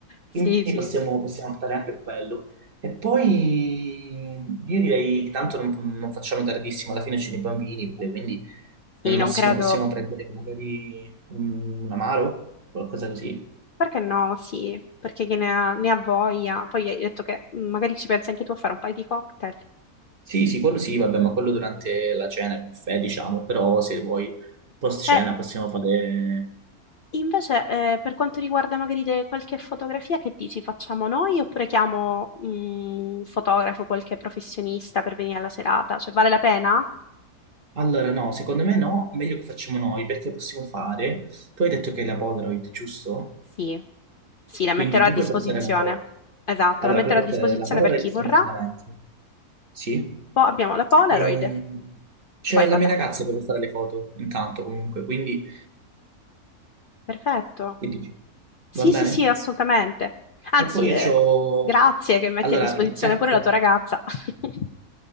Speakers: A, on the left; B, on the right.
A: Sì,
B: Quindi
A: sì.
B: possiamo, possiamo optare anche per quello. E poi io direi che tanto non, non facciamo tardissimo, alla fine c'è i bambini, quindi
A: Sì,
B: al massimo
A: non credo.
B: possiamo prendere magari un, un amaro, qualcosa così.
A: Perché no? Sì, perché chi ne ha, ne ha voglia. Poi hai detto che mm, magari ci pensi anche tu a fare un paio di cocktail.
B: Sì, sì, quello sì, vabbè, ma quello durante la cena, il buffet, diciamo, però se vuoi post cena
A: E
B: possiamo fare...
A: invece, eh, per quanto riguarda magari de- qualche fotografia, che dici? Facciamo noi oppure chiamo mm, un fotografo, qualche professionista per venire alla serata? Cioè, vale la pena?
B: Allora, no, secondo me no, meglio che facciamo noi, perché possiamo fare... Tu hai detto che hai la Polaroid, giusto?
A: Sì, sì, la
B: Quindi
A: metterò
B: tu
A: a disposizione.
B: puoi portare la Polaroid.
A: Esatto,
B: Allora,
A: la metterò
B: puoi portare
A: a disposizione
B: la Polaroid
A: per chi vorrà.
B: tranquillamente. Sì.
A: Poi abbiamo la Polaroid.
B: E... C'è
A: Poi
B: la
A: vabbè,
B: mia ragazza che può fare le foto, intanto, comunque, quindi...
A: perfetto.
B: Che dici?
A: Sì,
B: Va bene?
A: sì, sì, assolutamente. Anzi,
B: E poi
A: eh,
B: io c'ho...
A: grazie che metti
B: Allora,
A: a disposizione
B: ecco.
A: pure la tua ragazza. <laughs>